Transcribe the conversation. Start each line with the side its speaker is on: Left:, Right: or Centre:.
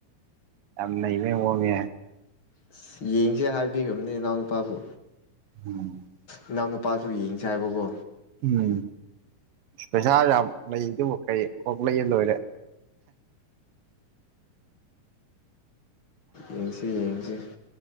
Right: ꯌꯥꯝ ꯅꯩꯕꯥ ꯃꯥꯑꯣꯡꯅꯤ
Left: ꯑꯁ ꯌꯦꯡꯁꯦ ꯍꯥꯏꯕꯤꯈꯝꯅꯦ ꯏꯅꯥꯎꯅꯨꯄꯥꯕꯨ
Right: ꯎꯝ
Left: ꯏꯅꯥꯎ ꯅꯨꯄꯥꯁꯨ ꯌꯦꯡꯁꯦ ꯍꯥꯏꯕꯀꯣ
Right: ꯎꯝ ꯄꯩꯁꯥ ꯌꯥꯝ ꯂꯩꯗꯨꯃ ꯀꯩ ꯀꯣꯛ ꯂꯩꯔ ꯂꯣꯏꯔꯦ
Left: ꯌꯦꯡꯁꯤ ꯌꯦꯡꯁꯤ